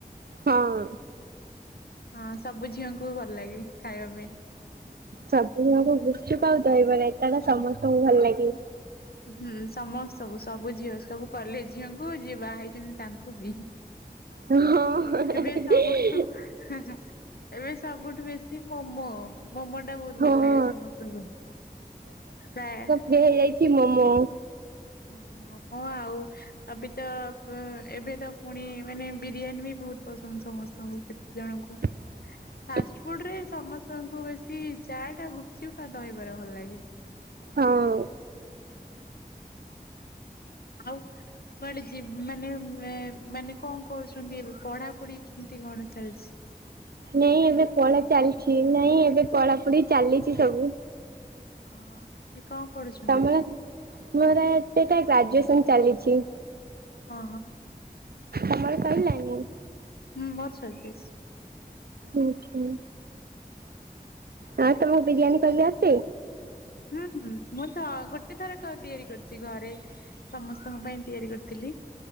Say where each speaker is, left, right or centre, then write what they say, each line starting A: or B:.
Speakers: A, on the right; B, on the left.
A: ହଁ।
B: ହଁ, ସବୁ ଝିଅଙ୍କୁ ଭଲ ଲାଗେ ଖାଇବା ପାଇଁ।
A: ସବୁ ଆଙ୍କୁ ଗୁପଚୁପ ଆଉ ଦହିବରା ଏଟା ତ ସମସ୍ତଙ୍କୁ ଭଲ ଲାଗେ।
B: ହୁଁ ସମସ୍ତଙ୍କୁ ସବୁ ଝିଅ ସବୁ କଲେଜ ଝିଅଙ୍କୁ ଯିଏ ବାହା ହେଇଛନ୍ତି ତା କୋବି
A: ହଁ।
B: ଏବେ ସବୁଠୁ <unintelligible> ଏବେ ସବୁଠୁ ବେଶୀ ମୋମୋ ମୋମୋ ଟା ବହୁତ
A: ହଁ
B: ଭଲ ଲାଗେ ସମସ୍ତଙ୍କୁ ପ୍ରାୟେ।
A: ଦେଇଯାଇଛି ମୋମୋ।
B: ହୁଁ ମୋମୋ ଆଉ ଆବିତ ପ ଏବେ ତ ପୁଣି ମାନେ ବିରିୟାନୀ ବି ବହୁତ ପସନ୍ଦ ସମସ୍ତଙ୍କୁ କେତେ ଜଣଙ୍କୁ।
A: ହ <inaudible>
B: ଫାଷ୍ଟ ଫୁଡ୍ ରେ ସମସ୍ତଙ୍କୁ ବେଶୀ ଚାଟ୍, ଗୁପୁଚୁପ, ଆଉ ଦହିବାର ଭଲ ଲାଗେ।
A: ହଁଉ
B: ଆଉ କୁଆଡେ ଯି ମାନେ ମାନେ କଣ କରୁଛନ୍ତି ଏବେ ପଢା ପଢିଛନ୍ତି କଣ ଚାଲିଚି?
A: ନାଇଁ ଏବେ ପଢ଼ା ଚାଲିଚି ନାଇଁ ଏବେ ପଢା ପୁଢି ଚାଲିଚି ସବୁ।
B: ଅ <inaudible> କଣ ପଢୁଚୁ?
A: ତମର ଏବେକା ଗ୍ରାଜୁଏସନ ଚାଲିଛି।
B: ହଁ ହଁ
A: ତମର ସଇଲାନି?
B: ହୁଁ ମୋର ସରିଯାଚି।
A: ଆଚ୍ଛା ହଁ ତମକୁ ବିରିୟାନୀ କଲି ଆସେ?
B: ହୁଁ ହୁଁ ମୁଁ ତ ଗୋଟେ ଥର କ ତିଆରି କରୁଚି ଘରେ। ସମସ୍ତଙ୍କ ପାଇଁ ତିଆରି କରିଥିଲି।